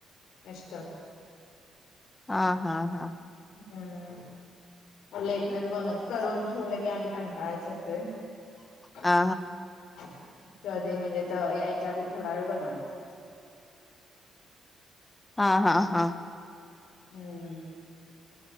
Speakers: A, on the left; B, on the left.
A: बस्र
B: हा हा हा
A: हम् प बन करून
B: हा
A: ठेवलं की आणि कंटाळाच येत आ
B: हा
A: म्हणजे यायच्या आधी थोडा वेळ बनवायचा
B: हा हा हा
A: हम्म